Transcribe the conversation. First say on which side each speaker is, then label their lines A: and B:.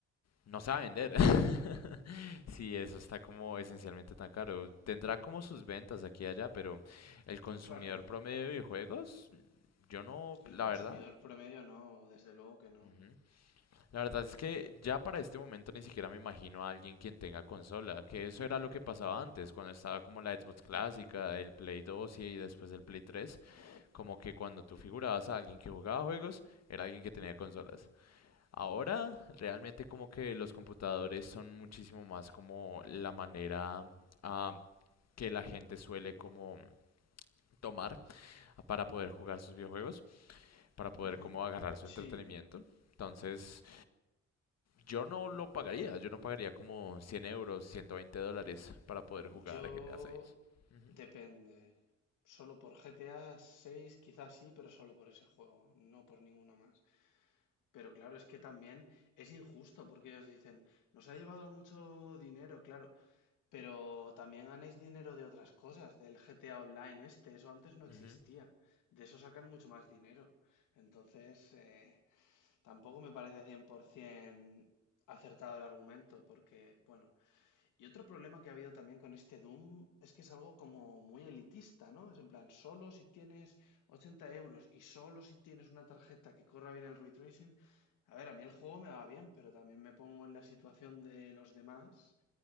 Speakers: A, on the left; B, on the left.
A: no sabe vender. <laughs> Sí, eso está como esencialmente tan caro. Tendrá como sus ventas aquí y allá, pero el consumidor
B: Claro,
A: promedio de videojuegos, yo no,
B: el
A: la
B: consumidor
A: verdad.
B: promedio no, desde luego que no.
A: ujú. La verdad es que ya para este momento ni siquiera me imagino a alguien quien tenga consola, que eso era lo que pasaba antes, cuando estaba como la Xbox clásica, el Play 2 y después el Play 3. Como que cuando tú figurabas a alguien que jugaba juegos, era alguien que tenía consolas. Ahora, realmente como que los computadores son muchísimo más como la manera ah, que la gente suele como tomar para poder jugar sus videojuegos, para poder
B: Ujú.
A: como agarrar su
B: Sí,
A: entretenimiento. Entonces, yo no lo pagaría, yo no pagaría como 100 euros, 120 dólares para poder
B: yo
A: jugar GTA 6. Ujú,
B: depende. Solo por GTA 6 quizás sí, pero solo por ese juego, no por ninguno más. Pero claro, es que también es injusto porque ellos dicen, nos ha llevado mucho dinero, claro, pero también ganáis dinero de otras cosas, del GTA Online este, eso antes no existía,
A: ujú.
B: de eso sacan mucho más dinero. Entonces, eh, tampoco me parece 100% acertado el argumento porque, bueno, y otro problema que ha habido también con este Doom es que es algo como muy elitista, ¿no? Es en plan, solo si tienes 80 euros y solo si tienes una tarjeta que corra bien el ray tracing. A ver, a mí el juego me va bien, pero también me pongo en la situación de los demás